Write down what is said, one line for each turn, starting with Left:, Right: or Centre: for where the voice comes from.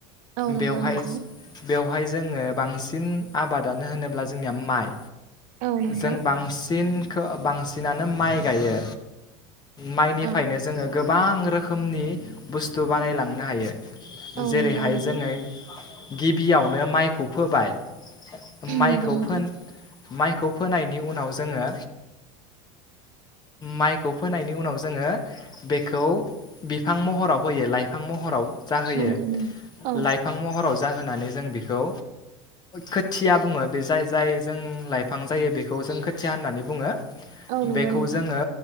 Right: औ नंगौ
Left: बेवहाय
Right: नोंथां
Left: बेवहाय जोङो बांसिन आबादानो होनोब्ला जोंनिया माइ।
Right: औ नंगौ
Left: जों बांसिन खो बांसिनानो नो माइ गायो। माइनिफ्रायनो
Right: औ
Left: जोङो गो गोबां रोखोमनि बुस्थु बानायलांनो हायो।
Right: औ
Left: जेरैहाय
Right: नंगौ नोंथां
Left: जोङो गिबियावनो माइखौ फोबाय माइखौ
Right: नंगौ नोंथां
Left: फोन माइखौ फोनायनि उनाव जोङो माइखौ फोनायनि उनाव जोङो बेखौ बिफां महराव होयो लाइ लाइफां महराव जाहोयो
Right: नंगौ नंगौ औ
Left: लाइफां महराव जाहोनानै जों बेखौ खोथिया बुङो बे जाय - जाय जों लाइफ बिफां जायो बेखौ जों खोथा खोथिया होननानै बुङो
Right: औ नंगौ
Left: बेखौ
Right: नोंथां
Left: जोङो